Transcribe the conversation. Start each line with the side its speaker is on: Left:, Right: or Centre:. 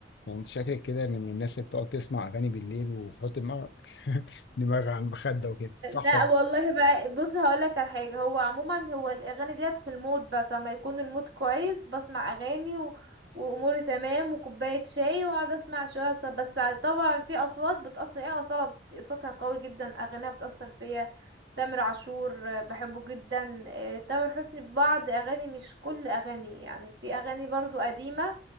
Left: انت شكلك كده من الناس اللي بتقعد تسمع اغاني بالليل وتحط دماغك <laughs> دماغك على المخدة وكده صح
Right: لا
Left: ولا؟
Right: والله بقى بص هقولك على حاجه هو عموما هو الاغاني ديت في المود بس اما يكون المود كويس بسمع اغاني و... واموري تمام وكوبايه شاي واقعد اسمع شويه ص- بس طبعا في اصوات بتاثر ايه اصاله بت... صوتها قوي جدا اغانيها بتاثر فيا تامر عاشور آه، بحبه جدا آه، تامر حسني ببعض اغاني مش كل اغاني يعني في اغاني برضو قديمه